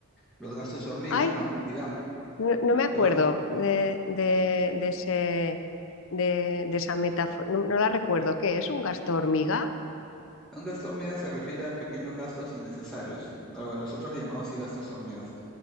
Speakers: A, in the centre; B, on the left (about 60°).
A: los gastos hormigas,
B: Ay,
A: ¿no? Digamos,
B: No, no me acuerdo
A: le va-
B: de, de, de ese, de, de esa metáfora, no, no la recuerdo. ¿Qué es? ¿Un gasto hormiga?
A: un gasto hormiga se refiere a pequeños gastos innecesarios. Algo- Nosotros le llamamos así gastos hormigas.